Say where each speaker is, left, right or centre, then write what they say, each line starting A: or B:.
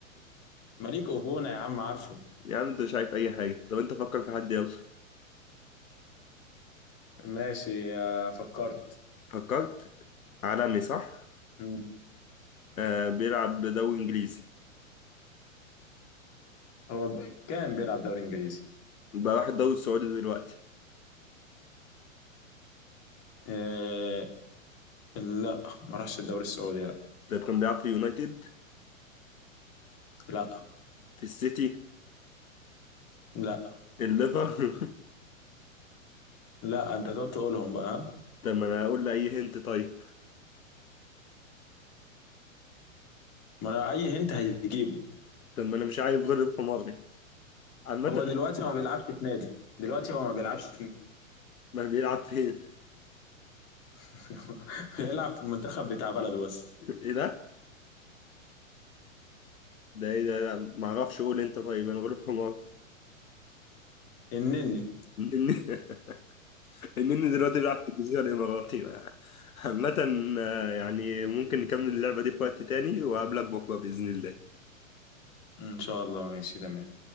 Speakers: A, on the left; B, on the left.
A: مليك ايفونا يا عم عارفه
B: يا عم انت مش عارف اي حاجة طب انت فكر في حد يلا
A: ماشي آه، فكرت
B: فكرت عالمي صح
A: مم.
B: آه بيلعب دوري انجليزي
A: هو ب- كان بيلعب دوري انجليزي
B: بقى راح الدوري السعودي دلوقتي
A: آه، لا ما راحش الدوري السعودي لا
B: طب كان بيلعب في يونايتد
A: لا
B: في السيتي
A: لا
B: الليفر
A: لا انت تقعد تقولهم بقى ها
B: <laughs> طب ما انا اقول له اي هنت طيب
A: ما انا اي هنت هيجيبه
B: طب ما انا مش عارف غلب حماري عامة
A: هو دلوقتي ما بيلعبش في نادي دلوقتي هو ما بيلعبش في
B: ما بيلعب فين
A: <laughs> هيلعب
B: <laughs>
A: في المنتخب بتاع بلده بس
B: ايه ده ده ايه ده لا، ما اعرفش قول انت طيب انا غلب حمار
A: النني
B: النني <laughs> النني دلوقتي بيلعب في الجزيرة الاماراتي عامة آه، يعني ممكن نكمل اللعبة دي في وقت تاني وأقابلك بكرة بإذن الله
A: ان شاء الله ماشي تمام